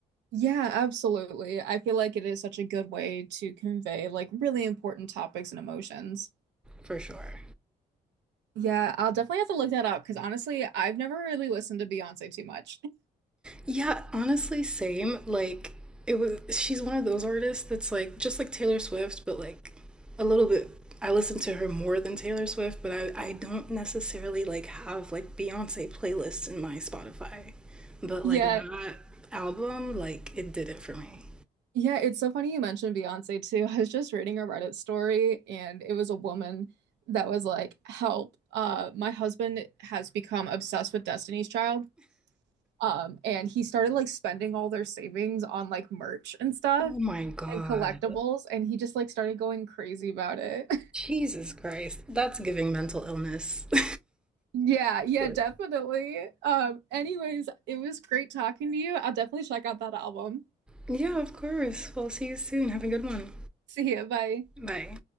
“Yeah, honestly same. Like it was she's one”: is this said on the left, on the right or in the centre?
Centre